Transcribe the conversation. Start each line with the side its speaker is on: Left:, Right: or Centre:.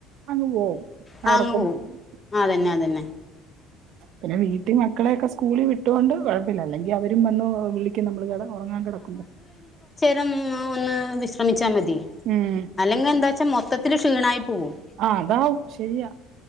Right: അങ്ങ് പോവും
Left: ആ
Right: ആഒറക്കം
Left: അങ്ങ് പോവും
Right: പോകും
Left: അതന്നെ അതന്നെ
Right: പിന്നെ വീട്ടിൽ മക്കളെയൊക്കെ സ്കൂളിൽ വിട്ടുകൊണ്ട് കൊഴപ്പില്ല അല്ലെങ്കിൽ അവരും വന്ന് വിള- നമ്മള് കെടന്ന് ഒറങ്ങാൻ കെടക്കുമ്പോ
Left: രം ഒന്ന് വിശ്രമിച്ചാൽ മതി
Right: ഉം
Left: അല്ലെങ്കിൽ എന്താവച്ചാൽ മൊത്തില് ക്ഷീണമായി പോകും
Right: ആഹ് അതാവും ശരിയാ